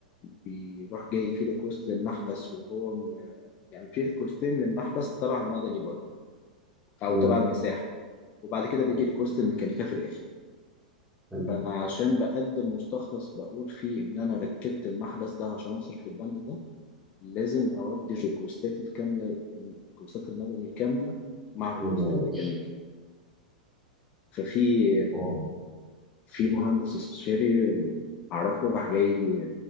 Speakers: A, on the left; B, in the centre.
A: بيروح جاي في ريكوست للمحبس وهو م... يعني في ريكوستين للمحبس تبع المدني برضه او
B: مم.
A: تبع المساحه وبعد كده بيجي
B: حلو
A: ريكوست الميكانيكا في الاخر
B: حلو.
A: فانا عشان بقدم مستخلص بقول فيه ان انا ركبت المحبس ده عشان اصرف البند ده لازم اودي ريكوستات الكامله الريكوستات المدني كامله مع ريكوست
B: مم.
A: الميكانيكي ففي
B: آه.
A: في مهندس استشاري اعرفه راح جاي